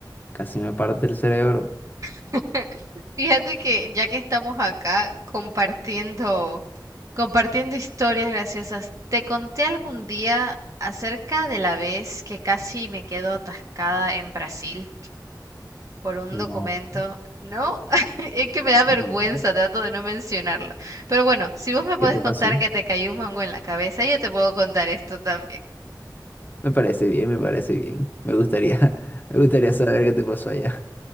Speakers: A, on the left; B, on the right.
A: casi me parte el cerebro.
B: <laughs> Fíjate que ya que estamos acá compartiendo, compartiendo historias graciosas, te conté algún día acerca de la vez que casi me quedo atascada en Brasil. por un
A: No,
B: documento. No, <laughs> es que me da vergüenza,
A: no,
B: trato de no mencionarlo. Pero bueno, si vos me puedes
A: ¿qué te
B: contar
A: pasó?
B: que te cayó un mango en la cabeza, yo te puedo contar esto también.
A: Me parece bien, me parece bien. Me gustaría, <laughs> me gustaría saber qué te pasó allá.